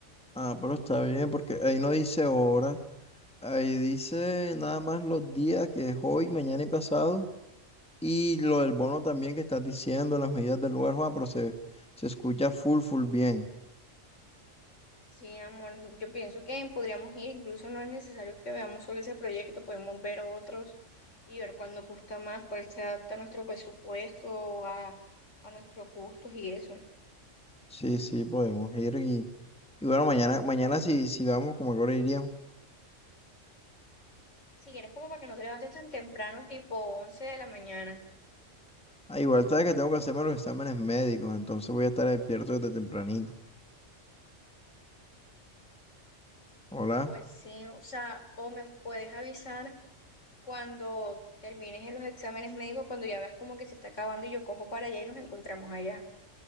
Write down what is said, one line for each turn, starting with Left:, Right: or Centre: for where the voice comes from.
Centre: Ah, pero está bien, porque ahí no dice hora, ahí dice nada más los días que es hoy, mañana y pasado, y lo del bono también que estás diciendo, las medidas del lugar, Juan, pero se, se escucha full, full bien.
Left: Sí, amor, yo pienso que podríamos ir. Incluso no es necesario que veamos solo ese proyecto, podemos ver otros y ver cuál nos gusta más, cuál se adapta a nuestro presupuesto, a, a nuestros gustos y eso.
Centre: Sí, sí, podemos ir y, y bueno, mañana, mañana si, si vamos, como que ahora iríamos.
Left: Si quieres, como para que no te levantes tan temprano, tipo 11 de la mañana.
Centre: Ah, igual sabes que tengo que hacerme los exámenes médicos, entonces voy a estar despierto desde tempranito. Hola.
Left: Pues sí, o sea, o me puedes avisar cuando termines en los exámenes médicos, cuando ya veas como que se está acabando y yo cojo para allá y nos encontramos allá.